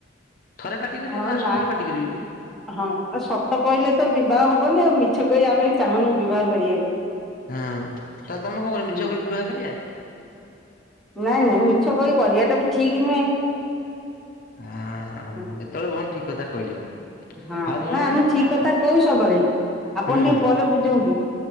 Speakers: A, on the left; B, in the centre.
A: ଥରେ ପାଟି କରିବେ
B: ହଁ
A: ନା ସବୁବେଳେ
B: ନାଇଁ
A: ପାଟି କରିବେ କି
B: ହଁ ସତ କହିଲେ ତ ବି ବିବାହ ହବନି ଆଉ ମିଛ କରି ଆମେ ଚାହୁନୁ ବିବାହ କରିବାକୁ।
A: ହଁ ତ ତମେ କଣ କରିବ
B: ହୁଁ
A: ମିଛ କହି ବିବାହ କରିବା।
B: ନାଇଁ ନାଇଁ ମିଛ ବହି କରିବା ଟା ବି ଠିକ ନୁହେଁ
A: ହଁ
B: ହୁଁ।
A: ଏତେବେଳେ ଭଉଣୀ ଠିକ କଥା କହିଲ।
B: ହଁ
A: ଆଉ ଭଉଣୀ
B: ନା ଆମେ ଠିକ କଥା
A: ଆ
B: କହୁ ସବୁବେଳେ ଆପଣ
A: ହୁଁ
B: ଟିକେ ପରେ ବୁଝନ୍ତି।